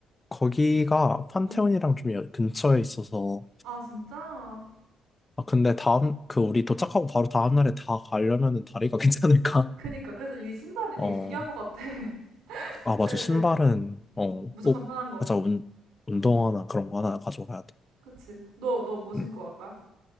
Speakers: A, on the left (about 20°); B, on the right (about 85°).
A: 거기가 판테온이랑
B: 응.
A: 좀 여- 근처에 있어서.
B: 아, 진짜?
A: 아, 근데 다음, 그, 우리 도착하고 바로 다음날에 다 가려면은 다리가 <laughs> 괜찮을까?
B: 그니까. 그래서 이게 신발이
A: 어.
B: 되게 중요한 것 같아. <laughs>
A: 아, 맞아.
B: 갈
A: 신발은,
B: 때.
A: 어,
B: 무조건
A: 꼭,
B: 편한 거.
A: 맞아. 운, 운동화나
B: 응.
A: 그런 거 하나 가져가야 돼.
B: 그치. 너, 너 뭐 신고
A: 음.
B: 갈 거야?